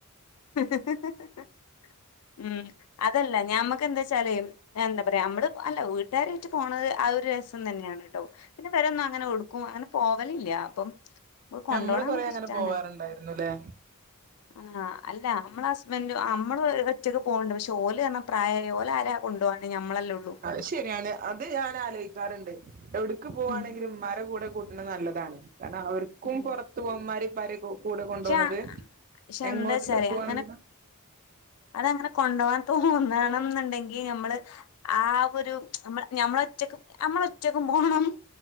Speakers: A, on the left; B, on the right.
A: <inaudible> ഉം അതല്ല ഞമ്മക്ക്ന്താ വെച്ചാല് എന്താ പറയാ നമ്മള് അല്ല എല്ലാരായിട്ട് പോണത് ആ ഒരു രസം തന്നെയാണ് കേട്ടോ ൻ്റെപെരീന്ന് ഒന്നും അങ്ങനെ കൊടുക്കും അങ്ങനെ പോവലില്ല അപ്പം കൊണ്ടുപോണ
B: ഞമ്മള്
A: നമ്മുക്ക്
B: കൊറേ അങ്ങനെ
A: ഇഷ്ടാണ്
B: പോവാറുണ്ടായിരുന്നുല്ലേ
A: ആ അല്ല നമ്മളെ ഹസ്ബൻഡ് നമ്മള് ഒറ്റക്ക് പോകണ്ട് പക്ഷേ ഓലെ പ്രായമായി ഓലെ ആരാ കൊണ്ട പോകാണ് ഞമ്മളെല്ലേ ഉള്ളൂ
B: അത് ശരിയാണ് അത് ഞാൻ ആലോചിക്കാറുണ്ട് എവിടക്ക് പോകവാണെങ്കിലും
A: ഉം
B: മാരെ കൂടെ കൂട്ടുന്നത് നല്ലതാണ് കാരണം അവർക്കും
A: ഉം
B: പുറത്ത് പോകന്മാരി ഇപാരി കൂടെ കൊണ്ടുപോണത്
A: പക്ഷെ പക്ഷെ
B: എങ്ങോട്ട്
A: എന്താച്ചാല്
B: ട്രിപ്പ് പോകവാണെങ്കിലും
A: അങ്ങനെ അതങ്ങനെ കൊണ്ട് പോകാൻ തോന്നണം എന്നുണ്ടെങ്കി നമ്മള് ആ ഒരു നമ്മള് ഒറ്റക്ക് നമ്മള് ഒറ്റക്ക് പോണം